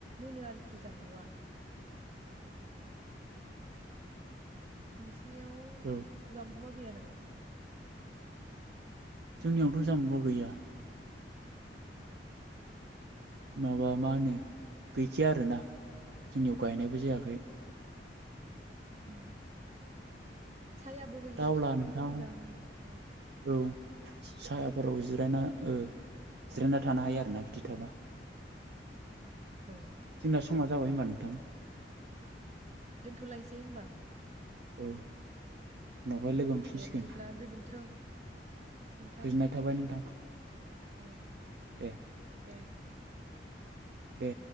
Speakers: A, on the right; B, on the right.
A: मोनो आरोखि जामबुआ। नोंसिनियाव
B: औ
A: जामबुआ गैया नामा?
B: जोंनियावथ' जामबुआ गैया।
A: अ
B: माबा मा होनो गैखाया आरोना जोंनियाव गायनायबो जायाखै।
A: उम सायाबो होयो
B: दा अब्ला
A: बिफाङा
B: नोंथां
A: मोजां बार।
B: औ सायाफोराव जिरायना ओ जिरायना थानो हायो आरोना बिदि थाबा।
A: औ
B: जोंना समा जाबाय होमबा नोंथां।
A: दोनथ'लायसै होमबा।
B: औ। उनावहाय लोगो हमफिनसिगोन
A: दे बिदिब्ला गोजोन्थों नोंथां
B: गोजोननाय थाबाय नोंथां।
A: औ
B: दे
A: दे।
B: दे।